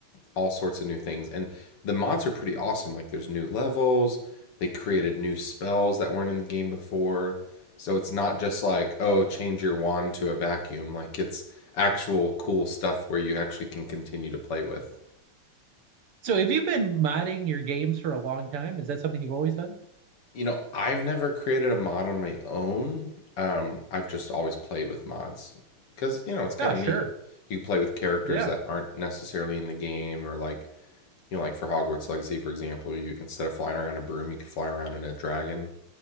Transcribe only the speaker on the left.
all sorts of new things. And the mods are pretty awesome. Like there's new levels, they created new spells that weren't in the game before. So it's not just like, oh, change your wand to a vacuum. Like it's actual cool stuff where you actually can continue to play with.
You know, I've never created a mod on my own. Um, I've just always played with mods because, you know, it's kind
of
neat. You can play with characters
that aren't necessarily in the game or like you know, like for Hogwarts Legacy, for example, you instead of flying around a broom, you could fly around in a dragon.